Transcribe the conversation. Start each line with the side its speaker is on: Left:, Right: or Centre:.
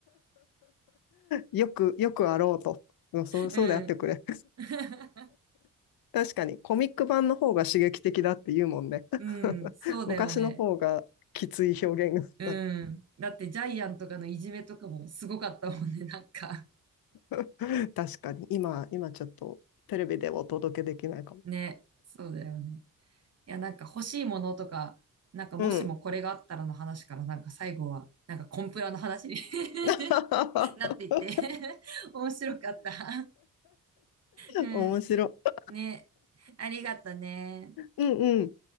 Left: よく、よくあろうと。うんそう、そうであってくれ。
Right: うん。<laughs>
Left: <laughs> 確かに、コミック版の方が刺激的だって言うもんね。<laughs>
Right: うん、そうだよね。
Left: 昔の方がきつい表現があっ
Right: うん。だってジャイアンとかのいじめとかもすごかったもんね、なんか。
Left: た。<laughs> 確かに、今、今ちょっとテレビでお届けできないかも。
Right: ね、そうだよね。いや、なんか欲しいものとか、なんかもしもこれがあったらの話から、
Left: うん。
Right: なんか最後は、なんかコンプラの話に
Left: <laughs>
Right: <laughs> なっていって <laughs> 面白かった。うん。
Left: 面白い。
Right: ね。ありがとね。
Left: うんうん。